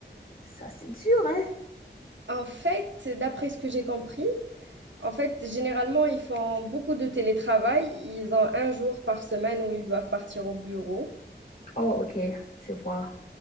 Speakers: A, on the left (about 50°); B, on the right (about 80°).
A: Ça, c'est dur, hein?
B: En fait, d'après ce que j'ai compris, En fait, généralement, ils font beaucoup de télétravail. Ils ont un jour par semaine où ils doivent partir au bureau.
A: Oh, ok, je vois.